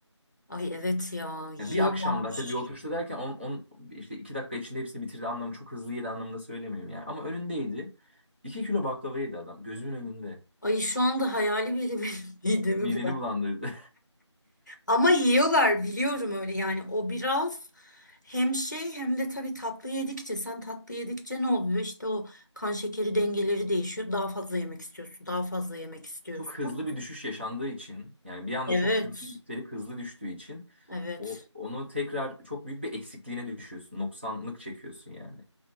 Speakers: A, on the left (about 40°); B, on the right (about 20°).
A: Ay evet ya, yiyorlar.
B: Yani bir akşamda tabii bir oturuşta derken on, on, işte 2 dakika içinde hepsini bitirdi anlamı çok hızlı yedi anlamında söylemiyorum yani. Ama önündeydi. 2 kilo baklava yedi adam. Gözümün önünde.
A: Ay şu anda hayali bile benim <laughs> midemi
B: Mideni
A: bulandı.
B: bulandırdı.
A: Ama yiyorlar biliyorum öyle yani. O biraz hem şey hem de tabii tatlı yedikçe sen tatlı yedikçe ne oluyor? İşte o kan şekeri dengeleri değişiyor. Daha fazla yemek istiyorsun, daha fazla yemek
B: <laughs>
A: istiyorsun.
B: Çok hızlı bir düşüş yaşandığı için yani bir anda
A: Evet.
B: çok hızlı yükselip hızlı düştüğü için
A: Evet.
B: o, onu tekrar çok büyük bir eksikliğine düşüyorsun. Noksanlık çekiyorsun yani.